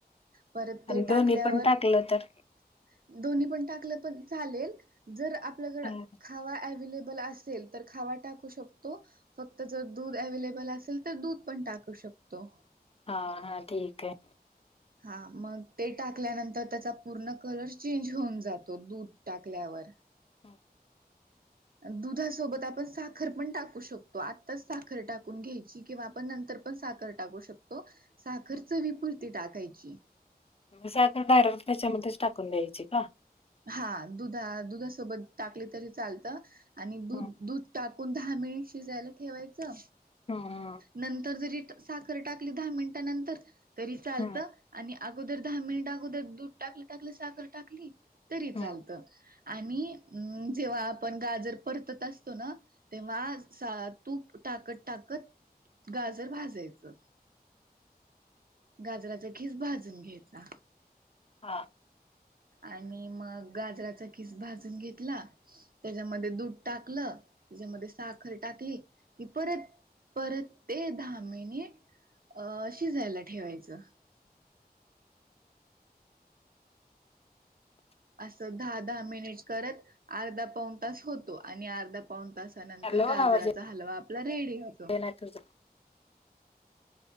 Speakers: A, on the right; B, on the left.
A: परत
B: आणि
A: ते
B: दोन्ही
A: टाकल्यावर
B: पण टाकलं तर
A: <inaudible> दोन्ही पण टाकलं पण चालेल जर आपल्याकड
B: हम्म.
A: खावा अवेलेबल. असेल तर खावा टाकू शकतो फक्त जर दूध अवे्लेबल असेल तर दूध पण टाकू शकतो.
B: हा हा ठीक आहे.
A: हा मग ते टाकल्यानंतर त्याचा पूर्ण कलर चेंज होऊन जातो दूध टाकल्यावर
B: हम्म,
A: दुधासोबत आपण साखर पण टाकू शकतो आत्ताच साखर टाकून घ्यायची किंवा आपण नंतर पण साखर टाकू शकतो साखर
B: हम्म,
A: चवीपुरती टाकायची. <inaudible>
B: साखर डायर त्याच्यामध्येच टाकून द्यायची का.
A: हा दुधा दुधासोबत टाकली तरी चालतं. आणि दूध
B: हम्म
A: दुध टात ण दहा मिनिट शिजायला ठेवायचं.
B: हम्म
A: नंतर जरी साखर टाकली दहा मिनटानंतर तरी चालतं
B: हम्म
A: आणि अगोदर दहा मिनिट अगोदर दूध टाकलं टाकलं साखर टाकली. तरी
B: हम्म
A: चालत. आणि अ जेव्हा आपण गाजर परतत असतो ना तेव्हा तूप टाकत टाकत गाजर भाजायचं. गाजराचा खीस भाजून घ्यायचा.
B: हा.
A: आणि मग गाजराचा किस भाजून घेतला. त्याच्यामध्ये दूध टाकलं त्याच्यामध्ये साखर टाकली कि परत परत ते दहा मिनिट अ शिजायला ठेवायचं. अस दहा दहा मिनिट करत अर्धा पाऊन तास होतो आणि अर्धा पाऊन त तासानंतर
B: हॅलो
A: गाजराचा
B: आवाज
A: हलवा आपला रेडी होतो.
B: येत नाही तुझा